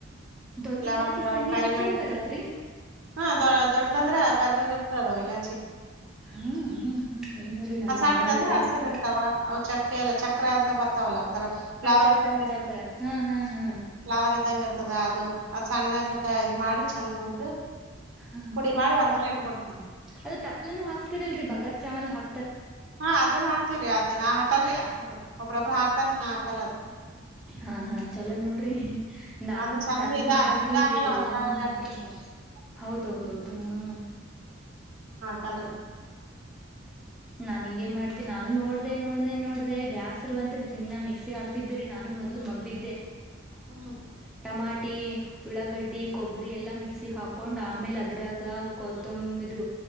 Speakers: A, in the centre; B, on the right.
A: ದೊಡ್ಡ
B: ಲವಂಗ
A: ಇಲಾಚಿ ಸಣ್ಣ
B: ಕರಿಮೆಣಸು
A: ಇಲಾಚಿನೂ ಬರತ್ರಿ
B: ಹಾ ದ ದೊಡ್ಡದ ಅಂದ್ರೆ ಕರ್ರಗ ಇರ್ತದ ಅಲ್ಲ ಛಿ
A: ಹಾ ಹ ಹಾ ಏನ್ರೀ ನನ
B: ಆ ಸಣ್ಣದ
A: ನಾ ನೋಡಿಿಲ್ಲರಿ
B: ಅಂದ್ರ ಹಸಿರ್ ಇರ್ತಾವ ಅವ್ ಚಕ್ಕ ಎಲ್ಲ ಚಕ್ರ ಅಂತ ಬತ ವಲ್ಲ ಒಂಥರ ಫ್ಲವರ್
A: ಚಕ್ರ
B: ಇದ್ದಂಗ ಇರ್ತದೆ
A: ಚಕ್ರ ಹಾ ಹಾ ಹಾ
B: ಫ್ಲವರ್ ಇದ್ದಂಗ ಇರ್ತದ ಅದು ಅ ಸಣ್ಣಾಗ ಇದ್ ಮಾಡಿ ಚೆಂದ ಹುರ್್ದ
A: ಹಾ
B: ಪುಡಿ ಮಾಡ ಅಂತೆಲ್ಲಾ ಇಟ್ಟ ಬಿಿಡ್ತನ
A: ಅದು ಹಾಕ್ತಿರಲ್ರಿ ಬಗಾರ್ ಚಾಮಲ್ ಹಾಿ
B: ಹಾ ಅದನ್ನು ಹಾಕ ಹರಿ ಅದೇ ನಾ ಹಾಕಲ್ರರಿ ಅದು ಒಬ್ಬ್ರೊಬ್್ರ ಹಾಕ್ತಾರ ನಾ ಹಾಕಲ್ಲ ಅದು
A: ಹಾ ಹಾ ಚಲೋ ನೋಡಿ ್ರೇ
B: ಅದು
A: ನಾನು
B: ಅದು
A: ಮಂದ
B: ಚಂದ ಇದ
A: ಮಾಡ್ತೀನ್ರಿ
B: ಇದಾಗಲ್ಲ
A: ಇವೆಲ್ಲಾನೂ
B: ಒಂಥರ ಇದಾಗ್ಬಿಡ್ತದ
A: ಹಾಕಿ <inaudible> ಹೌದೌದೌದು
B: ಹ್ಮ್
A: ಹ್ಮ
B: ಕಲ್ರಿ
A: ನಾ ಹಿಂಗಗೆ ಮಾಡ್ತ ನಾನು ನೋಡ್ದೆ ನೋಡ್ದೆ ನೋಡ್ದೆ ಬ್ಯಾಸರುರುವಂ ಜಿನ್ನ ಮಿಕ್ಸಿ ಹಾತಿದ್ದ್ರರಿ ನಾನು ಮೊದ್ಲು ಮಬ್ಬಿದ್ದೆ
B: ಹ್ಮ್
A: ಟಮಾಟಿ ಉಳ್ಳಾಗಡ್ಡಿ ಕೊಬ್ಬರಿ ಎಲ್ಲಾ ಮಿಕ್ಸಿ ಹಾಕೊಂಡ್ ಆಮೇಲೆ ಅದ್ರಾಗ ಕೊತ್ತಂಬ ಇದು